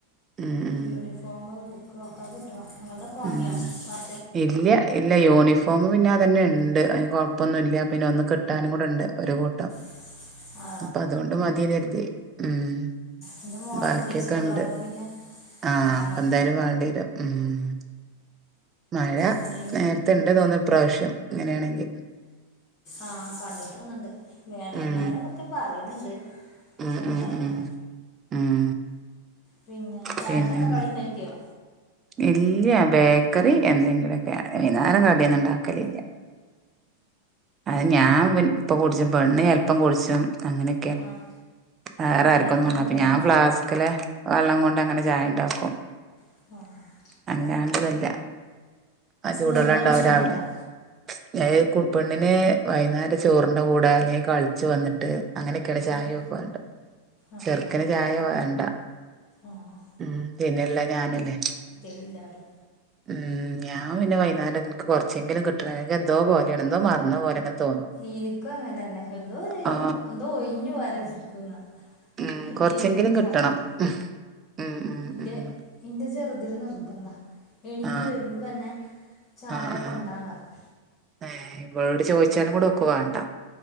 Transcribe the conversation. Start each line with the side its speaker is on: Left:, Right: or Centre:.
Right: ഉം ഉം
Left: യൂണിഫോമ ബുക്കുംഒക്കെ കിട്ടണം നിങ്ങൾതൊക്കെ വാങ്ങിയോ
Right: ഉം
Left: പറ
Right: ഇല്ല ഇല്ല യൂണിഫോം പിന്നെ അതന്നെ ഉണ്ട് അതിന് കൊഴപ്പൊന്നുംല്ല പിന്നെ ഒന്ന് കിട്ടാനും കൂടെണ്ട് ഒരു കൂട്ടം
Left: <unintelligible> ആ
Right: അപ്പൊ അതുകൊണ്ട് മതിന്ന് കരുതി ഉം
Left: എ്ന്റെ മോള
Right: ബാക്കിയൊക്കെ
Left: പുതിയ സ്കൂളാണ്
Right: ഉണ്ട്
Left: അപ്പൊ പിന്നെ
Right: ആഹ്
Left: വേണം
Right: എന്തായാലും വേണ്ടി വരും ഉ മഴ
Left: പിന്നെ
Right: നേരത്ത ഉണ്ട് തോന്നുന്ന ഇപ്രവശ്യം അങ്ങനെയാണെങ്കിൽ
Left: ആഹ് കണ്ടിട്ട് വന്നിണ്ട് വേനൽ
Right: ഉം
Left: മഴ അതൊക്കെ പറയുന്നുണ്ട് പക്ഷെ
Right: ഉം
Left: എന്താറില്ല
Right: ഉം ഉം ഉം
Left: പിന്നെ ചായക്ക്
Right: പിന്നെ
Left: എന്താ കടി ഇണ്ടാക്കിയോ
Right: ഇല്ല ബേക്കറി എന്തെങ്കിലൊക്കെ വൈകനേരം കടിയന്നും ഉണ്ടാക്കലില്ല അത് ഞാൻ ഇപ്പ കുടിച്ചും പെണ്ണ് ചല്പ്പം കുടിച്ചും അങ്ങനെ
Left: ആഹ്
Right: വേറെ ആക്കും
Left: നിർബന്ധമൊന്നുമില്ല
Right: പറ അപ്പ ഞാൻ ഫ്ലാസ്കില് വെള്ളം കൊണ്ട് അങ്ങനെ ചായ ഉണ്ടാക്കും
Left: <inaudible>
Right: അല്ലാണ്ടതല്ല അ ചൂടുള്ളം
Left: നിർബന്ധമൊന്നും
Right: ഉണ്ടാവും രാവിലെ
Left: ഉണ്ടാവില്ല
Right: ത് കു പെണ്ണിന് വൈകുന്നേരം ചോറിന്റെ കൂടെ അല്ലെങ്കിൽ കളിച്ചു വന്നിട്ട് ട്ട് അങ്ങനെയൊക്കെടെ ചായ
Left: ഉം
Right: ഒെക്കുണ്ട്
Left: ആഹ്
Right: ചെറുക്കന് ചായ
Left: ആഹ്
Right: വേണ്ട
Left: ആഹ്
Right: ഉം പിന്നെല്ല ഞാനല്ലേ
Left: എല്ലാരും
Right: ഉം ഞാൻ പിന്നെ വൈന്നാരം നിക്ക് കൊറച്ചെങ്കിലും കിട്ടണ എന്തോ പോലെയാണ് എന്തോ മറന്ന പോലെ അങ്ങനെ തോന്നും
Left: എനിക്കും അങ്ങനെ തന്നെ
Right: ആ
Left: എന്തോ ഒരു ഒഞ്ഞു പോരാ ചിക്കുന്ന
Right: ഉം
Left: കിട്ടില്ലെങ്കി
Right: കൊറച്ചെങ്കിലും
Left: ചായ
Right: കിട്ടണം
Left: കിട്ട
Right: ഉം ഉം ഉം
Left: ഇന്റെ
Right: ഉം
Left: ഇന്റെ ചെറുതിന് നിർബന്ധാ. എണീറ്റ്
Right: ആ
Left: വരുമ്പോൾ തന്നെ ചായൊക്ക
Right: ആ ആ
Left: കൊണ്ടാന്ന് റിം
Right: ഏ ഇവളോട് ചോദിച്ചാലും കൂടെ ഒക്ക് വേണ്ട